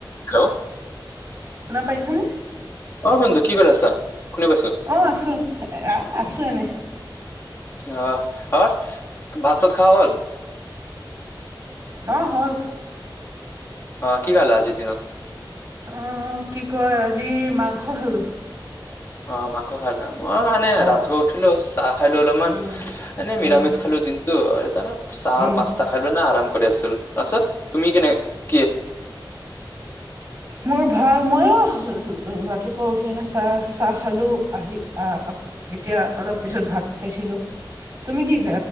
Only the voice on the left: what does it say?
Hello.
অ বন্ধু কি কৰি আছা? শুনি পাইছো
আহ আৰু ভাত চাত খোৱা হ'ল?
অ কি খাল আজিৰ দিনত।
অ মাংস খালা। মই মানে
ৰাতিপুৱা উঠিলো চাহ খাইলো অলপমান
এনে নিৰামিষ
খালো দিনটো আৰু চাহ আৰু
পাস্তা খালো ইনে আৰম কৰি আছিল তাৰপিছত তুমি কেনেকে।